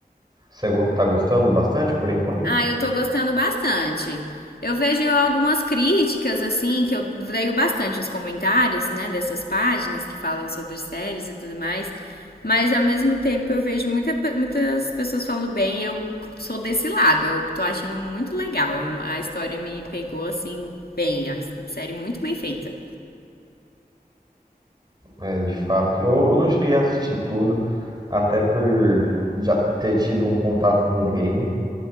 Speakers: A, on the right; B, on the left.
A: Você go- tá gostando bastante por enquanto?
B: Ah, eu tô gostando bastante. Eu vejo algumas críticas, assim, que eu leio bastante nos comentários, né, dessas páginas que falam sobre séries e tudo mais. Mas ao mesmo tempo eu vejo muita, pe- muitas pessoas falando bem e eu sou desse lado. Eu tô achando muito legal. Eu- A história me pegou, assim, bem. É uma série muito bem feita.
A: É, de fato, eu, eu não cheguei a assistir tudo, até por já ter tido um contato com o game.